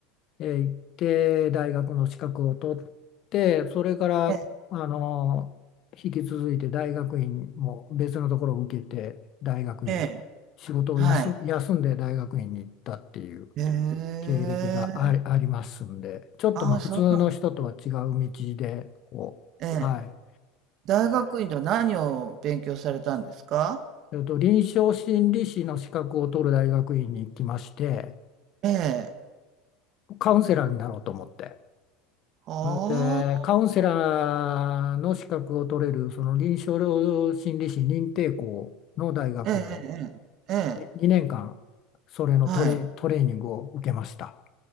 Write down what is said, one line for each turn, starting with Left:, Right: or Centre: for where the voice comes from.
Left: えー行って、大学の資格を取って、それから、
Right: え、ええ、
Left: あの、引き続いて大学院も別のところを受けて、大学院、
Right: ええ、
Left: 仕事を休、
Right: はい。
Left: 休んで大学院に行ったっていう。
Right: へえ。
Left: 経歴があり、ありますんで、ちょっとまあ普通の人とは違う道で、
Right: ああ、そうなんです
Left: こう、
Right: ええ。
Left: はい。
Right: 大学院では何を勉強されたんですか？
Left: えっと、臨床心理士の資格を取る大学院に行きまして、
Right: ええ。
Left: カウンセラーになろうと思って。
Right: ああ、
Left: んで、カウンセラーの資格を取れる、その臨床心理士認定校の大学に
Right: ええええええ、
Left: 2年間、それのトレ、
Right: はい。
Left: トレーニングを受けました。